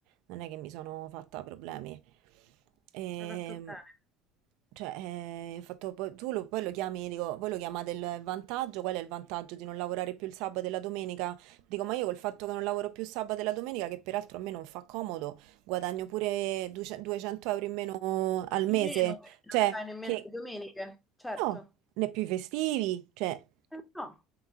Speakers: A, on the right (about 70°); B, in the centre.
A: non è che mi sono fatta problemi, e,
B: Hai fatto bene.
A: cioè, eh, il fatto, poi- tu lo, poi lo chiami, dico, voi lo chiamate il vantaggio, qual è il vantaggio di non lavorare più il sabato e la domenica? Dico, ma io col fatto che non lavoro più il sabato e la domenica, che peraltro a me non fa comodo, guadagno pure 200 200 euro in meno al
B: In
A: mese,
B: meno, perché
A: cioè,
B: non fai nemmeno
A: che
B: le domeniche, certo.
A: no, né più i festivi, cioè,
B: Eh, no,